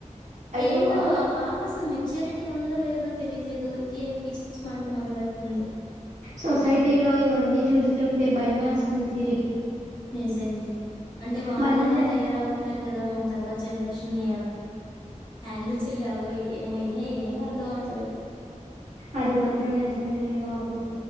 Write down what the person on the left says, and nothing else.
ఏంటో
ఆ పాప అసలు మెచ్యూరిటీ ఉందో లేదో తెలియట్లేదు ఊరికే పిచ్చి పిచ్చి మాటలు మాట్లాడుతుంది
నిజంగే అంటే వాళ్ళే
అలా తయారవు న్నారు కదా మన తర్వాత జనరేషన్ <unintelligible> చెయ్య్యాలో ఏమో ఏ ఏం అర్ధం అవట్లేదు